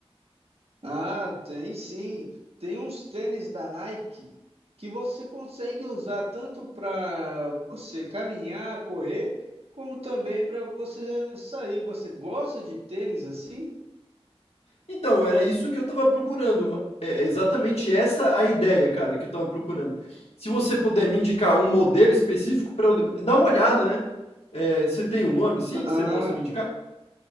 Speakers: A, on the right; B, on the left.
A: Ah, tem sim. Tem uns tênis da Nike que você consegue usar tanto para você caminhar, correr, como também para você sair. Você gosta de tênis assim?
B: Então, era isso que eu tava procurando. É é exatamente essa a ideia, cara, que eu tava procurando. Se você puder me indicar um modelo específico para eu dar uma olhada, né? É, você tem um nome, sim, que
A: Ah,
B: você possa me indicar?